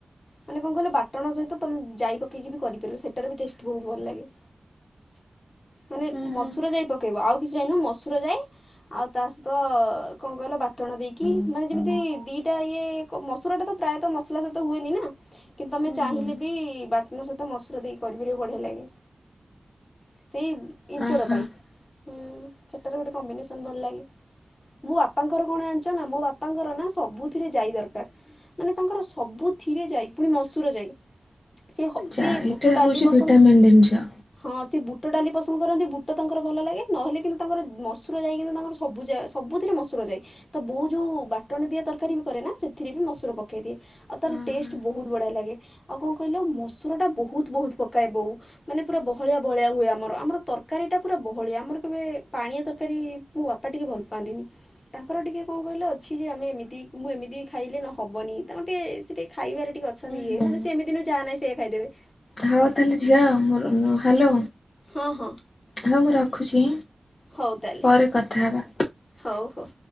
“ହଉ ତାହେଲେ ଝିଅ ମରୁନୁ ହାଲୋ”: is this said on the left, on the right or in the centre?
Left